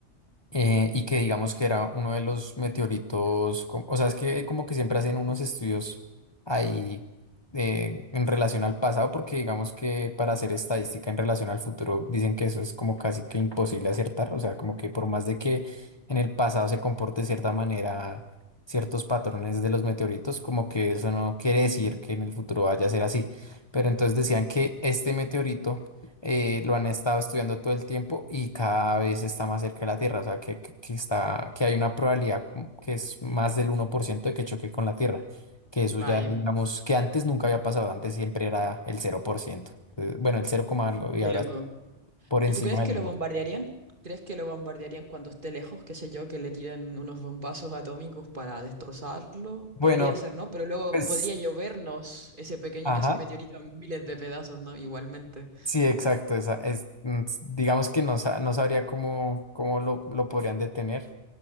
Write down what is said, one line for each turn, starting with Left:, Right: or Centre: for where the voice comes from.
Left: eh, y que digamos que era uno de los meteoritos, co- o sea, es que como que siempre hacen unos estudios ahí eh, en relación al pasado, porque digamos que para hacer estadística en relación al futuro dicen que eso es como casi que imposible acertar, o sea, como que por más de que en el pasado se comporte de cierta manera ciertos patrones de los meteoritos, como que eso no quiere decir que en el futuro vaya a ser así. Pero entonces decían que este meteorito eh, lo han estado estudiando todo el tiempo y cada vez está más cerca de la Tierra, o sea, que, que- que está, que hay una probabilidad m- que es más del uno por ciento de que choque con la Tierra, que eso
Right: Vaya,
Left: ya, digamos, que antes nunca había pasado, antes siempre era el 0%, Entonces, bueno, el cero coma algo y
Right: qué
Left: ahora
Right: loco.
Left: por
Right: ¿Y
Left: encima
Right: tú crees que
Left: del
Right: lo
Left: 1.
Right: bombardearían? ¿Crees que lo bombardearían cuando esté lejos? Qué sé yo, que le tiren unos bombazos atómicos para destrozarlo.
Left: Bueno,
Right: Podría ser, ¿no? Pero luego
Left: pues,
Right: podría llovernos ese pequeño,
Left: ajá,
Right: ese meteorito en miles de pedazos, ¿no? Igualmente.
Left: sí, exacto, esa es, mm, s- digamos que no, sa- no sabría cómo, cómo lo, lo podrían detener,